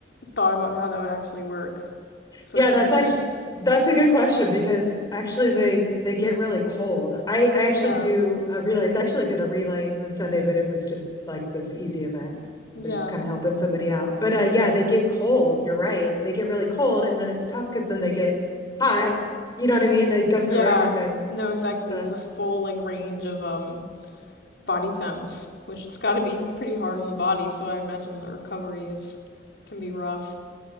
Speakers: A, on the left; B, on the left.
A: thought about how that would actually work. So
B: Yeah,
A: it's
B: that's
A: interesting.
B: actually that's a good question because actually they they get really cold. I I
A: Yeah.
B: actually do uh, relays. I actually did a relay on Sunday, but it was just like this easy event. It
A: Yeah.
B: was just kind of helping somebody out. But uh, yeah, they get cold. You're right. They get really cold, and then it's tough because then they get hot. You know what I mean? They go
A: Yeah.
B: through everything.
A: No, exactly.
B: So.
A: It's the full like range of um body temps, which has got to be pretty hard on the body. So I imagine the recovery is can be rough.